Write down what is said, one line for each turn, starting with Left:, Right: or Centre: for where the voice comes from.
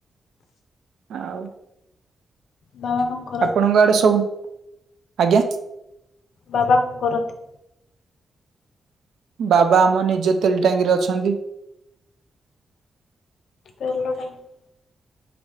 Right: ଆଉ।
Left: ବାବା କଣ କରନ୍ତି?
Right: ଆପଣଙ୍କ ଆଡେ ସବୁ ଆଜ୍ଞା।
Left: ବାବା କଣ କରନ୍ତି?
Right: ବାବା ଆମ ନିଜେ ତେଲ ଟାଙ୍କିରେ ଅଛନ୍ତି।
Left: ତେଲ ଟାଙ୍କି।